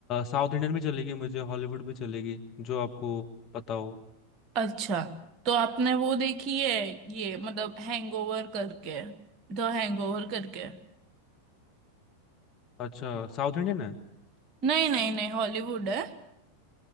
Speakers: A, on the left; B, on the right.
A: साउथ इंडियन भी चलेगी मुझे हॉलीवुड भी चलेगी जो आपको पता हो
B: अच्छा तो आपने वो देखी है ये मतलब हैंगओवर करके द हैंगओवर करके
A: अच्छा साउथ इंडियन है
B: नहीं नहीं नहीं हॉलीवुड है